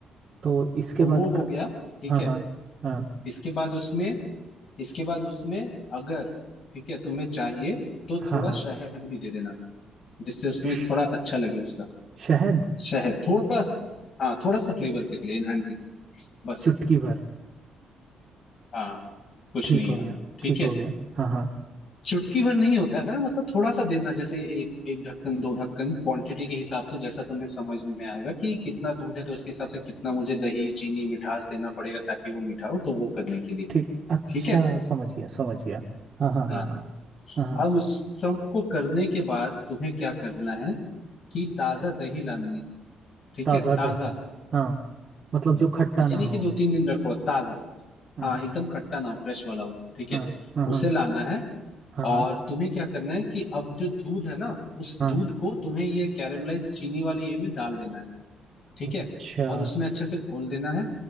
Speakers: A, on the right; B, on the left.
A: तो इसके
B: तो
A: बाद
B: वो हो
A: क...
B: गया ठीक
A: हाँ
B: है
A: हाँ हाँ
B: इसके बाद उसमें इसके बाद उसमें अगर ठीक है तुम्हें चाहिए तो
A: हाँ
B: थोड़ा
A: हाँ
B: शहद भी दे देना जिससे उसमें
A: श-
B: थोड़ा अच्छा लगे उसका
A: शहद
B: शहद थोड़ा सा हाँ थोड़ा सा फ्लेवर के लिए एनहांसिंग बस
A: चुटकी भर
B: हाँ कुछ
A: ठीक
B: नहीं
A: हो
B: है
A: गया
B: ठीक
A: ठीक
B: है
A: हो गया हाँ हाँ
B: चुटकी भर नहीं होता है मतलब थोड़ा सा देना जैसे एक एक ढक्कन दो ढक्कन क्वांटिटी के हिसाब से जैसा तुम्हें समझ में आएगा कि कितना दूध है तो उसके हिसाब से कितना मुझे दही चीनी मिठास देना पड़ेगा ताकि वो मीठा हो तो वो करने के लिए
A: ठीक अच्छा
B: ठीक है
A: समझ गया समझ गया हाँ हाँ
B: हाँ
A: हाँ हाँ हाँ हाँ
B: अब उस सबको करने के बाद तुम्हें क्या करना है कि ताजा दही लानी है ठीक
A: ताज़ा
B: है ताजा
A: दही हाँ मतलब
B: हम्म।
A: जो खट्टा
B: ये
A: ना
B: नहीं
A: हो
B: कि दो तीन दिन रखो ताजा
A: हाँ
B: हाँ एकदम खट्टा ना हो फ्रेश वाला हो ठीक है
A: हाँ हाँ हाँ
B: उसे लाना है
A: हाँ
B: और
A: हाँ
B: तुम्हें क्या करना है कि अब जो दूध है ना उस
A: हाँ
B: दूध को तुम्हें ये कैरामलाइज चीनी वाले ये में डाल देना है ठीक
A: अच्छा
B: है और उसमें अच्छे से घोल देना है